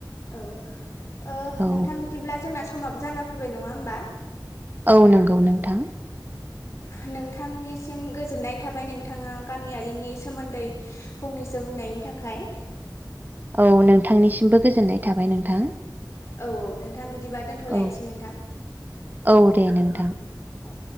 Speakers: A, on the left; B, on the right.
A: औ ओ
B: औ
A: नोंथां बिदिब्ला जोंना समाबो जाना फैबाय नङा होमबा
B: औ नंगौ नोंथां
A: नोंथांनिसिम गोजोननाय थाबाय नोंथाङा गामियारिनि सोमोन्दै फंनैसो फंनैसो बुंनायनि थाखाय
B: औ नोंथांनिसिमबो गोजोननाय थाबाय नोंथां
A: औ औ नोंथां बिदिबा दोनथ'लायनोसै
B: औ
A: नोंथां
B: औ दे नोंथां
A: औ